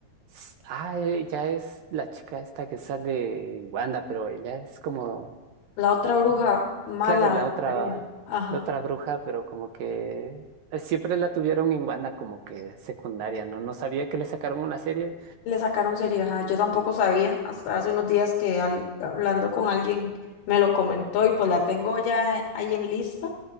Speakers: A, on the right (about 70°); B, on the left (about 80°).
A: s- ah, eh, ella es la chica esta que sale en Wanda, pero ella es como
B: La otra bruja
A: como-
B: mala,
A: claro, la otra,
B: sería. Ajá.
A: la otra bruja, pero como que eh, siempre la tuvieron en banda como que secundaria, ¿no? No sabía que le sacaron una serie.
B: Le sacaron serias. ajá. Yo tampoco sabía hasta hace unos días que al- hablando con alguien me lo comentó y pues la tengo ya ahí en lista